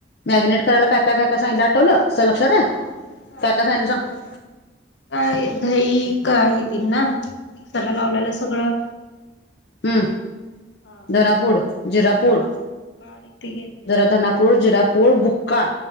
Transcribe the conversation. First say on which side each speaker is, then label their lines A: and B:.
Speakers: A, on the left; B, on the left.
A: मॅगनेट करायला काय, काय, काय, काय सांगितलं आठवलं? तुझ्या लक्षात हाय?
B: हा कळालं
A: काय, काय
B: की.
A: सांगितलो सांग?
B: काय, दही का हे ती ना, त्याला लावलेलं सगळं.
A: हम.
B: हा
A: धनापूड,
B: ते सगळं
A: जिरापूड,
B: हा कळाली ती घेतलेली
A: जरा धनापूड, जिरापूड, बुक्का.